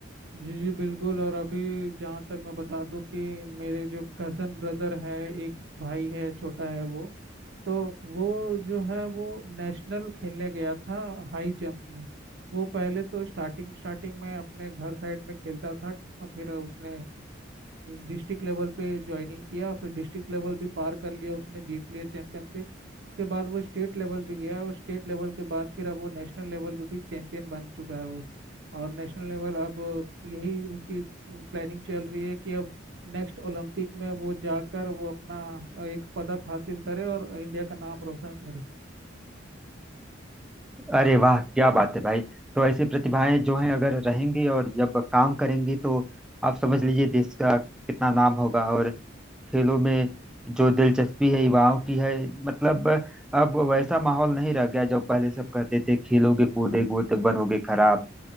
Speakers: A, on the right; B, in the centre.
A: जी जी बिल्कुल और अभी जहाँ तक मैं बता दूं कि मेरे जो कज़न ब्रदर है एक भाई है छोटा है वो तो वो जो है वो नेशनल खेलने गया था हाई जंप में वो पहले तो स्टार्टिंग स्टार्टिंग में अपने घर साइड में खेलता था और फिर उसने डिस्ट्रिक्ट लेवल पे ज्वाइनिंग किया फिर डिस्ट्रिक्ट लेवल भी पार कर लिया उसने जीत लिया चैंपियनशिप उसके बाद वो स्टेट लेवल भी गया और स्टेट लेवल के बाद फिर अब वो नेशनल लेवल पे भी चैंपियन बन चुका है वो और नेशनल लेवल अब यही उसकी प्लानिंग चल रही है कि अब नेक्स्ट ओलंपिक में वो जाकर वो अपना अ, एक पदक हासिल करे और इंडिया का नाम रोशन करे
B: अरे वाह क्या बात है भाई तो ऐसी प्रतिभाएं जो हैं अगर रहेंगी और जब काम करेंगी तो आप समझ लीजिए देश का कितना नाम होगा और खेलों में जो दिलचस्पी है युवाओं की है मतलब अब वैसा माहौल नहीं रह गया जो पहले सब कहते थे खेलोगे कूदोगे तो बनोगे खराब